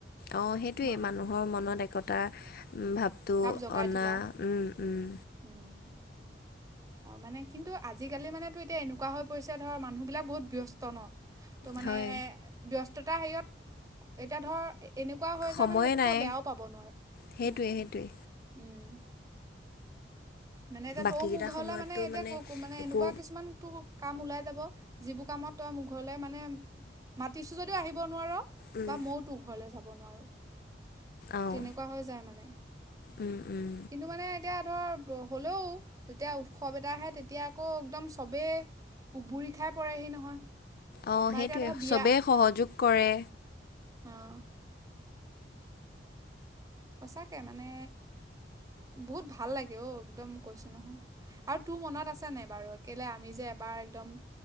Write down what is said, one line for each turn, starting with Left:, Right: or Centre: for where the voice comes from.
Left: অ', সেইটোৱেই
Right: মা
Left: মানুহৰ মনত একতাৰ ভাৱ টো
Right: জগাই
Left: অনা
Right: তোলা
Left: উম, উম।
Right: উম। মানে কিন্তু আজিকালি মানে তোৰ এতিয়া এনেকুৱা হৈ পৰিছে ধৰ মানুহবিলাক বহুত ব্যস্ত ন'। ত' মানে
Left: হয়
Right: ব্যস্ততা হেৰিয়ত এতিয়া ধৰ এনেকুৱা হৈ
Left: সময়ে
Right: যায় মানে সেইটোতো
Left: নাই
Right: তই বেয়াও পাব নোৱাৰ
Left: সেইটোৱে
Right: উম,
Left: সেইটোৱে
Right: উম। মানে এতিয়া
Left: বাকীকেইটা
Right: তইও মোৰ ঘৰলৈ
Left: সময়ততো
Right: মানে এতিয়া মানে
Left: একো
Right: এনেকুৱা কিছুমান তোৰ কাম ওলাই যাব, যিবোৰ কামত তই মোৰ ঘৰলৈ মানে মাতিছোঁ যদিও আহিব নোৱাৰ।
Left: উম
Right: বা মইও তোৰ ঘৰলে যাব নোৱাৰো,
Left: অঁ
Right: তেনেকুৱা হৈ যায় মানে।
Left: উম, উম।
Right: কিন্তু মানে এতিয়া ধৰ হ'লেও যেতিয়া উৎসৱ এটা আহে তেতিয়া আকৌ একদম চবেই উবুৰি খাই পৰেহি নহয়।
Left: অ',
Right: বা
Left: সেইটোৱে
Right: এতিয়া ধৰ বিয়া
Left: চবে সহযোগ কৰে।
Right: অ'। সঁচাকে মানে বহুত ভাল লাগে অ', একদম কৈছো নহয়। আৰু তোৰ মনত আছে নাই বাৰু কেলে আমি যে এবাৰ একদম